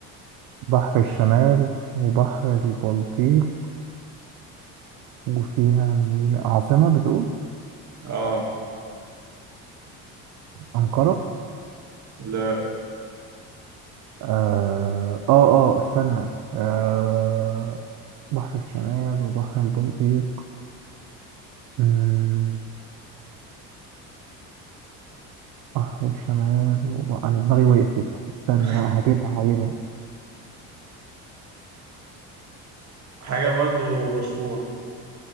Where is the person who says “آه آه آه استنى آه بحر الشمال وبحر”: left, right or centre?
Right